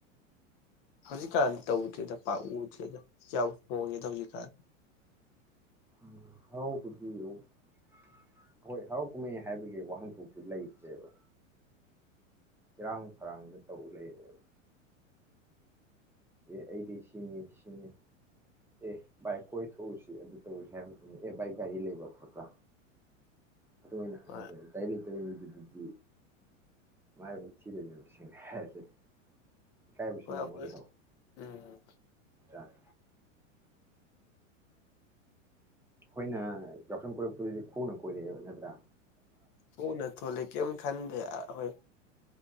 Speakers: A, on the left; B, in the centre.
A: ꯍꯧꯖꯤꯛꯀꯥꯟꯗꯤ ꯇꯧꯗ꯭ꯔꯦꯗ ꯄꯥꯛꯅ ꯌꯥꯝ ꯍꯣꯡꯉꯦꯗ ꯍꯧꯖꯤꯛꯀꯥꯟꯗꯤ
B: ꯎꯝ ꯍꯔꯥꯎꯕꯒꯤꯑꯣ ꯑꯈꯣꯏ ꯍꯔꯥꯎ ꯀꯨꯃꯩ ꯍꯥꯏꯕꯒꯤ ꯋꯥꯍꯟ ꯊꯣꯛꯇꯤ ꯂꯩꯇ꯭ꯔꯦꯕ ꯏꯔꯥꯡ ꯐꯔꯥꯡꯗ ꯇꯧꯂꯩꯔꯦꯕ ꯑꯦ ꯑꯩꯗꯤ ꯁꯤꯅꯤ ꯁꯤꯅꯤ ꯑꯦ ꯕꯥꯏ ꯀꯣꯏꯊꯣꯛꯎꯁꯦ ꯑꯗꯨꯇꯧꯔꯨꯁꯦ ꯍꯥꯏꯕ ꯃꯇꯝꯗ ꯑꯦ ꯕꯥꯏ ꯒꯥꯔꯤ ꯂꯩꯕ ꯈꯣꯠꯄ꯭ꯔꯥ ꯑꯗꯨ ꯑꯣꯏꯅ ꯍꯪꯂꯩꯔꯦ
A: ꯍꯣꯏ
B: ꯒꯥꯔꯤ ꯂꯩ ꯇꯩꯗꯕꯨꯗꯤ ꯃꯔꯥꯏꯕꯛ ꯊꯤꯗꯣꯏꯅꯦꯕ ꯁꯦꯡꯅ ꯍꯥꯏꯔꯗꯤ ꯏꯀꯥꯏꯕꯁꯨ
A: ꯍꯣꯏ
B: ꯅꯩꯒꯨꯝ
A: ꯑꯩꯈꯣꯏ
B: ꯊꯧ
A: ꯎꯝ
B: ꯖꯥꯅꯤ ꯈꯣꯏꯅ ꯌꯥꯎꯁꯪ ꯀꯣꯏꯔꯛꯄ ꯗꯗꯤ ꯈꯣꯡꯅ ꯀꯣꯏꯔꯛꯑꯦꯕ ꯅꯠꯇ꯭ꯔ
A: ꯈꯣꯡꯅ ꯊꯣꯛꯂꯛ ꯀꯦꯝ ꯈꯟꯗꯦ ꯑꯥꯈꯣꯏ